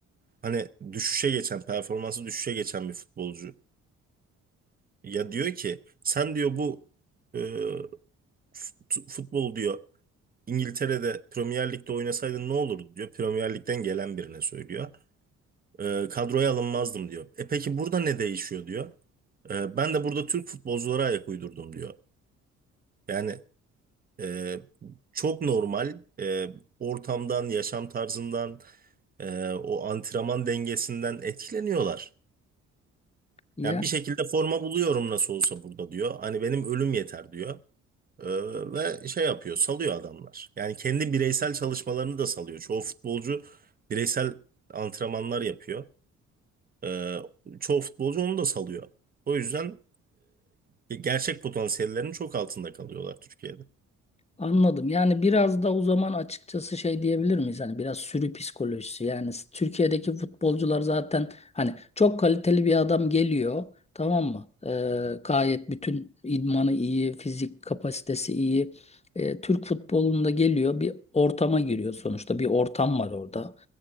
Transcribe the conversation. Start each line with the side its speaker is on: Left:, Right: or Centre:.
Right: Hani düşüşe geçen, performansı düşüşe geçen bir futbolcu. Ya diyor ki sen diyor bu e, fut- futbol diyor İngiltere'de Premier Lig'de oynasaydın ne olurdu diyor. Premier Lig'den gelen birine söylüyor. E, kadroya alınmazdım diyor. E peki burada ne değişiyor diyor. E, ben de burada Türk futbolculara ayak uydurdum diyor. Yani Ee, çok normal e, ortamdan, yaşam tarzından, e, o antrenman dengesinden etkileniyorlar.
Left: ya
Right: Yani bir şekilde forma buluyorum nasıl olsa burada diyor. Hani benim ölüm yeter diyor. Ee, ve şey yapıyor, salıyor adamlar. Yani kendi bireysel çalışmalarını da salıyor. Çoğu futbolcu bireysel antrenmanlar yapıyor. Ee, çoğu futbolcu onu da salıyor. O yüzden e, gerçek potansiyellerinin çok altında kalıyorlar Türkiye'de.
Left: Anladım. Yani biraz da o zaman açıkçası şey diyebilir miyiz? Hani biraz sürü psikolojisi. Yani s- Türkiye'deki futbolcular zaten hani çok kaliteli bir adam geliyor. Tamam mı? Ee, gayet bütün idmanı iyi, fizik kapasitesi iyi. Ee, Türk futbolunda geliyor bir ortama giriyor sonuçta. Bir ortam var orada.